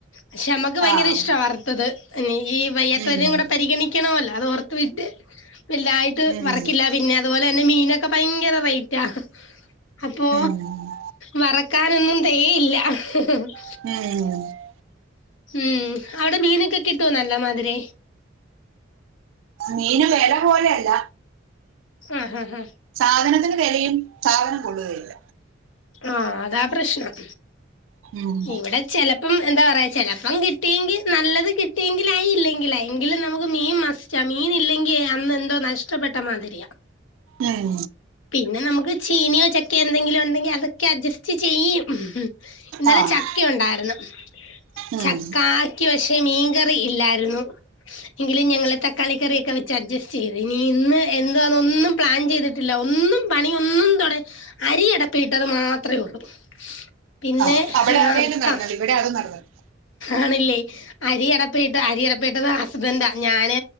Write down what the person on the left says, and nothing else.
പക്ഷെ നമ്മക്ക് ഭയങ്കര
ഇഷ്ട്ടവ വറുത്തത് എനിക്കീ ഭയ വെരെം
കൂടെ പരിഗണിക്കണവല്ലോ അതോർത്ത് പിന്നെ വല്ലായിട്ട്
വറ്ക്കില്ല പിന്നെ അതുപോലെന്നെ മീനൊക്കെ ഭയങ്കര റേറ്റ അപ്പോ
വറക്കാനൊന്നും തെകയില്ല <unintelligible>
ഉം അവിടെ മീനെക്കെകിട്ടോ നല്ല മാതിരി
ആഹ് അഹ് ആഹ്
ആഹ് അതാ പ്രശ്നം
ഇവിടെ ചെലപ്പം എന്താ പറയാ ചെലപ്പം കിട്ടിയെങ്കി നല്ലത് കിട്ടിയെങ്കിലായി ഇല്ലെങ്കിലായ് എങ്കിലും നമുക്ക് മീൻ മസ് സ്റ്റാ മീനില്ലെങ്കി അന്ന് എന്തോ നഷ്ടപ്പെട്ട മാതിരിയാ
പിന്നെ നമുക്ക് ചീനിയോ ചക്കയോ എന്തെങ്കിലും ഉണ്ടെങ്കി അതൊക്കെ അഡ്ജസ്റ്റ് ചെയ്യും ഇന്നലെ
ചക്ക ഒണ്ടായ്രുന്നു
ചക്കാ ക്ക് പക്ഷെ മീൻകറി ഇല്ലായിരുന്നു എങ്കിലും ഞങ്ങള് തക്കാളി കറിയൊക്കെവെച്ച് അഡ്ജസ്റ്റ് ചെയ്ത് ഇനി ഇന്ന് എന്ത്വാന്നൊന്നും പ്ലാൻ ചെയ്തിട്ടില്ല ഒന്നും പണിയൊന്നും തൊട അരിയടപ്പീട്ടത് മാത്ര ഉള്ളൂ പിന്നെ
ആഹ്
കാ
ആണില്ലേ അരി അടെപ്പേട്ട് അരി അടെപ്പീട്ടത് ഹസ്ബന്റാ ഞാന്